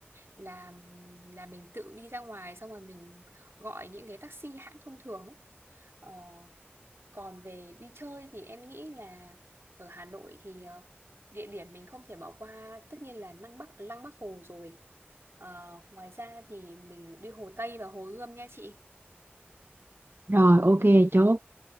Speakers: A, on the right; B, on the right.
A: là là mình tự đi ra ngoài xong rồi mình gọi những cái taxi hãng thông thường ấy. Ờ, còn về đi chơi thì em nghĩ là ở Hà Nội thì ờ, địa điểm mình không thể bỏ qua tất nhiên là Lăng Bắc Lăng Bắc Hồ rồi. Ờ, ngoài ra thì mình đi Hồ Tây và Hồ Gươm nha chị.
B: rồi ok chốt